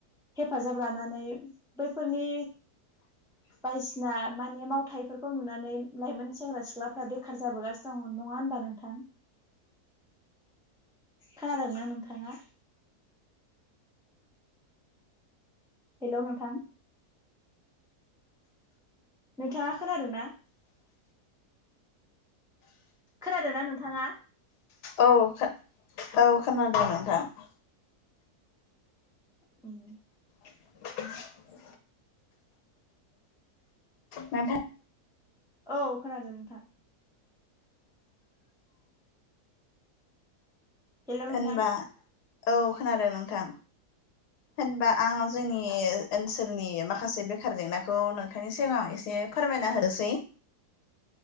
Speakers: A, in the centre; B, on the left.
A: हेफाजाब लानानै बैफोरनि
B: <unintelligible> <inaudible>
A: बायदिसिना माने मावथायाइफोरखौ नुनानै लाइमोन सेंग्रा सिख्लाफ्रा बेखार जाबोगासिनो मोजां मोन नङा होनोमबा नोंथां? खोनादोंना नोंथाङा हेल' नोंथां नोंथाङा खोनादों ना खोनादोंा नोंथाङा
B: औ औ खोनादोंमोन नोंथां
A: उम
B: <unintelligible> <inaudible> नोंथां
A: औ खोनादों नोंथां। हेलौ नोंथां
B: होनबा औ खोनादों नोंथां होनबा आं जोंनि ओनसोलनि माखासे बेखार जेंनाखौ नोंथांनि सिगां एसे फोरमायना होनोसै